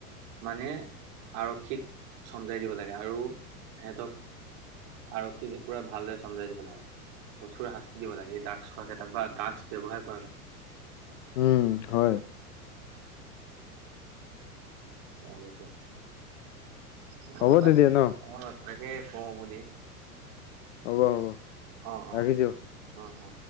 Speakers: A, on the right; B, on the left.
A: মানে আৰক্ষীক চমজাই দিব লাগে। আৰু সিহঁতক, আৰক্ষীক পূৰা ভালদৰে, চমজাই দিব লাগে। কঠোৰ শাস্তি দিব লাগে। এই ড্ৰাগছ খোৱা কেইটাক বা ড্ৰাগছ ব্যৱহাৰ কৰা, কেইটাক।
B: উম! হয়।
A: ভাবিছোঁ! অ'! <unintelligible>
B: হ'ব তেতিয়া ন
A: অ'! তাকে, কওঁ বুলি।
B: হ'ব, হ'ব,
A: অ অ
B: ৰাখিছোঁ।
A: অ অ